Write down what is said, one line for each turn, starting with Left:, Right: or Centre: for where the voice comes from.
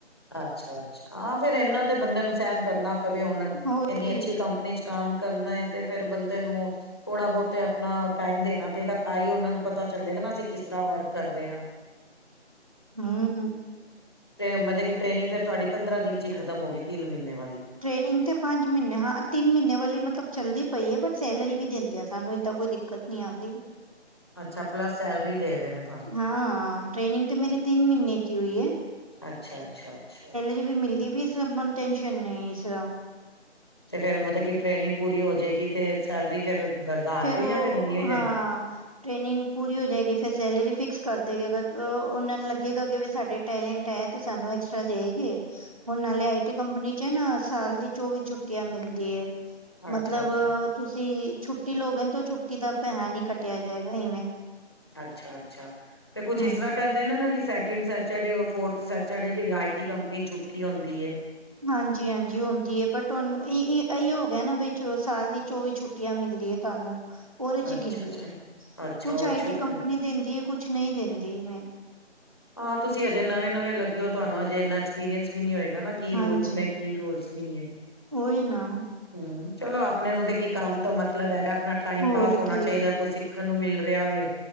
Left: ਅੱਛਾ- ਅੱਛਾ ਹਾਂ ਫਿਰ ਇਹਨਾਂ ਤੇ ਬੰਦੇ ਨੂੰ ਸਹਿਣ ਕਰਨਾ ਪਵੇ ਹੁਣ
Right: ਹੋਰ
Left: ਇੰਨੀ
Right: ਕੀ
Left: ਅੱਛੀ ਕੰਪਨੀ ਚ ਕੰਮ ਕਰਨਾ ਹੈ ਤੇ ਫੇਰ ਬੰਦੇ ਨੂੰ ਥੋੜਾ ਬਹੁਤ ਆਪਣਾ ਟਾਈਮ ਦੇਣਾ ਪਏਗਾ ਤਾਂ ਹੀ ਉਹਨਾ ਨੂੰ ਪਤਾ ਚੱਲੇਗਾ ਨਾ ਅਸੀਂ ਕਿਸ ਤਰ੍ਹਾਂ ਵਰਕ ਕਰ ਰਹੇ ਹਾਂ।
Right: ਹੂੰ ਹੁ
Left: ਤੇ ਮਤਲਬ ਕਿ ਟ੍ਰੇਨਿੰਗ ਫਿਰ ਤੁਹਾਡੀ ਪੰਦਰਾਂ ਦਿਨ ਚ ਹੀ ਖਤਮ ਹੋ ਗਈ ਤਿੰਨ ਮਹੀਨੇ ਵਾਲੀ
Right: ਟ੍ਰੇਨਿੰਗ ਤੇ ਪੰਜ ਮਹੀਨੇ ਹਾਂ ਤਿੰਨ ਮਹੀਨੇ ਵਾਲੀ ਮਤਲਬ ਚੱਲਦੀ ਪਈ ਏ ਬਟ ਸੈਲਰੀ ਵੀ ਦਿੰਦੇ ਆ ਸਾਨੂੰ ਇੱਦਾਂ ਕੋਈ ਦਿਕ ਦਿੱਕਤ ਨੀ ਆਂਦੀ।
Left: ਅੱਛਾ ਪਲੱਸ ਸੈਲਰੀ ਦੇ ਰਹੇ ਨੇ ਤੁਹਾਨੂੰ
Right: ਹਾਂ ਟ੍ਰੇਨਿੰਗ ਤੇ ਮੇਰੀ ਤਿੰਨ ਮਹੀਨੇ ਦੀ ਹੋਈ ਏ।
Left: ਅੱਛਾ- ਅੱਛਾ, ਅੱਛਾ
Right: ਜਿਵੇਂ ਮਿਲਦੀ ਪਈ ਸ ਆਪਾਂ ਨੂੰ ਟੈਨਸ਼ਨ ਨਹੀਂ ਇਸ ਤਰ੍ਹਾਂ
Left: ਤੇ ਫੇਰ ਮਤਲਬ ਕੀ ਟ੍ਰੇਨਿੰਗ ਪੂਰੀ ਹੋ ਜੇ ਗੀ ਤੇ ਸੈਲਰੀ ਫੇਰ ਵਧਾਣਗੇ
Right: ਫੇਰ ਉਹ
Left: ਜਾਂ ਇੰਨੀ ਹੀ ਦੇਣਗੇ।
Right: ਹਾਂ ਟ੍ਰੇਨਿੰਗ ਪੂਰੀ ਹੋ ਜੇ ਗੀ ਫਿਰ ਸੈਲਰੀ ਫਿਕਸ ਕਰ ਦੇਗੇ ਅਗਰ ਉਹਨਾਂ ਨੂੰ ਲੱਗੇਗਾ ਅ ਕਿ ਵੀ ਸਾਡੇ ਟੈਲੈਂਟ ਹੈ ਤੇ ਸਾਨੂੰ ਐਕਸਟਰਾ ਦੇ ਗੇ। <unintelligible> ਹੁਣ ਨਾਲੇ ਆਈ ਟੀ ਕੰਪਨੀ ਚ ਨਾ ਸਾਲ ਦੀ ਚੌਂਵੀ ਛੁੱਟੀਆਂ ਮਿਲਦੀ ਐ।
Left: ਅੱਛਾ-ਅੱਛਾ,
Right: ਮਤਲਬ ਤੁਸੀਂ ਛੁੱਟੀ ਲਾਉਗੇ ਤਾਂ ਛੁੱਟੀ ਦਾ ਪੇਹਾ ਨਹੀ ਕੱਟਿਆ ਜਾਏਗਾ ਇਵੇਂ
Left: ਅੱਛਾ -ਅੱਛਾ ਤੇ ਕੁੱਛ
Right: ਹਮ
Left: ਇਸ ਤਰ੍ਹਾਂ ਕਹਿੰਦ ਇਨਾਂ ਨੂੰ ਕਿ ਸੈਕਿੰਡ ਸੈਚਡੇ ਔਰ ਫੋਰਥ ਸੈਚਡੇ ਤੇ ਆਈ ਟੀ ਕੰਪਨੀ ਚ ਛੁੱਟੀ ਹੁੰਦੀ ਐ।
Right: ਹਾਂਜੀ- ਹਾਂਜੀ ਹੁੰਦੀ ਹੈ ਬਟ ਹੁਣ ਈ ਇ ਐਈਓ ਹੋ ਗਿਆ ਨਾ ਬਈ ਸਾਲ ਦੀ ਚੌਵੀ ਛੁੱਟੀ ਛੁੱਟੀਆਂ ਮਿਲਦੀਆਂ ਤੁਹਾਨੂੰ ਉਹਦੇ ਚ ਹੀ
Left: ਅੱਛਾ-ਅੱਛਾ,
Right: ਗਿਣ ਲੋ
Left: ਅੱਛਾ ਅੱਛਾ
Right: ਕੁਛ
Left: ਉਹ
Right: ਆਈ
Left: ਛੁੱਟ
Right: ਟੀ ਕੰਪਨੀ ਦਿੰਦੀ ਆ ਕੁਛ ਕੁਛ ਨਹੀਂ ਦਿੰਦੀ ਇਵੈ
Left: ਹਾਂ ਤੁਸੀਂ ਹਜੇ ਨਵੇਂ -ਨਵੇਂ ਲੱਗੇ ਹੋ ਤੁਹਾਨੂੰ ਹਜੇ ਇੰਨਾ ਐਕਸਪਰੀਅੰਸ ਵੀ ਨਹੀਂ ਹੋਏਗਾ ਹਨਾ ਕੀ
Right: ਹਾਂਜੀ
Left: ਰੂਲਸ ਨੇ ਕੀ ਰੂਲਸ ਨਹੀਂ ਏ।
Right: ਉਹੀ ਨਾ
Left: ਹੂ ਚਲੋ ਆਪਣੇ ਨੂੰ ਤੇ ਕੀ ਕੰਮ ਤੋਂ ਮਤਲਬ ਹੈਗਾ ਆਪਣਾ ਟਾਈਮ
Right: ਹੋਰ
Left: ਪਾਸ ਹੋਣਾ
Right: ਕੀ
Left: ਚਾਹੀਦਾ ਕੁਛ ਮੈਂਨੂੰ ਮਿਲ ਰਿਹਾ ਵੇ